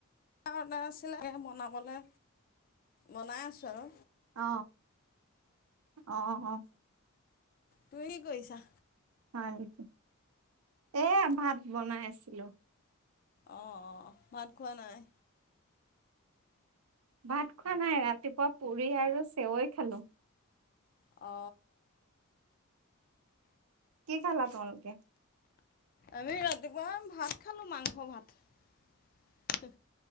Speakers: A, on the left (about 40°); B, on the right (about 85°).
A: অৰ্ডাৰ আছিলে তাকে বনাবলে বনাই আছোঁ আৰু
B: অ অ অ
A: তুমি কৰিছা
B: হয় নেকি এ ভাত বনাই আছিলো।
A: অ ভাত খোৱা নাই।
B: ভাত খোৱা নাই ৰাতিপুৱা পুৰি আৰু চেৱৈ খালো
A: অ
B: কি খালা তোমালোকে
A: আমি ৰাতিপুৱা ভাত খালো মাংস ভাত